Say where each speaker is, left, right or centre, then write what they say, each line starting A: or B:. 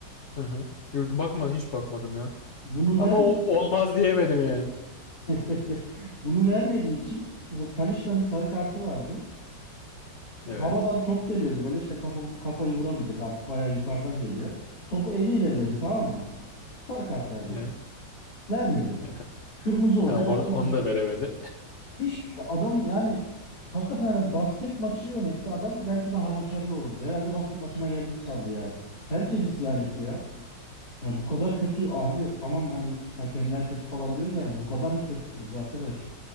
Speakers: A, on the left (about 45°); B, on the left (about 65°).
A: Hı hı. Yok bakmadım hiç bakmadım ya.
B: Bunu
A: Ama
B: vermedi.
A: o olmaz diyemedim yani.
B: <laughs> Bunu vermediği için mesela Talisca'nın sarı kartı vardı.
A: Evet.
B: Havadan top geliyordu böyle işte kafa, kafayı vuramayacak artık bayağı yukarıdan geliyor. Topu eliyle elledi
A: Hı hı.
B: tamam mı? Sarı kart vereceksin.
A: E?
B: Vermedi.
A: <laughs>
B: Kırmızı olacak,
A: Ha,
B: atılacak.
A: or onu da veremedi.
B: Hiçbir şey. Adam yani hakikaten yani basket maçı yönetse adam belki daha başarılı olurdu. Herhalde basket maçına geldim sandı yani. Herkes isyan etti ya. Yani bu kadar kötü abi tamam hani hakemler kötü falan diyoruz da yani bu kadar mı kötüsünüz arkadaş?